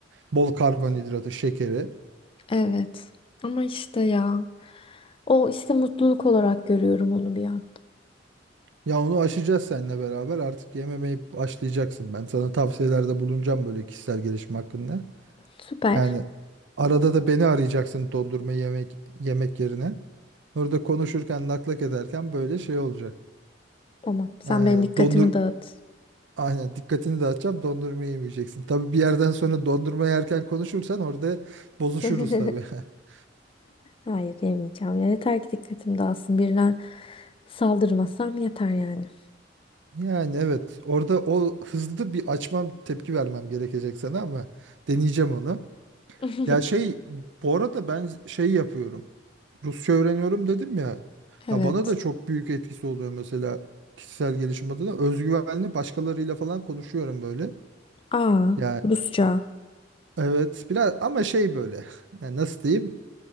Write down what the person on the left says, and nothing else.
Evet. Ama işte ya. O işte mutluluk olarak görüyorum onu bir an.
Süper.
Tamam. Sen
benim dikkatimi
dağıt.
<laughs>
Hayır yemeyeceğim. Ya yeter ki dikkatim dağılsın. Birine saldırmasam yeter yani.
<laughs>
Evet.
Aa,
Rusça.